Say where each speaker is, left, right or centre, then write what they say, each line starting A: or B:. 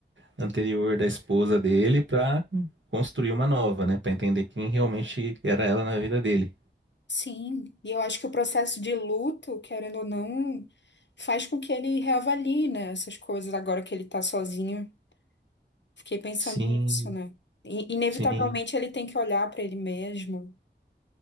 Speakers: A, on the right; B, on the left.
A: anterior da esposa dele pra construir uma nova, né? Pra entender quem realmente era ela na vida dele.
B: Sim. E eu acho que o processo de luto, querendo ou não, faz com que ele reavalie, né, essas coisas agora que ele tá sozinho. Fiquei pensando
A: Sim,
B: nisso, né? E, inevitavelmente
A: sim.
B: ele tem que olhar pra ele mesmo.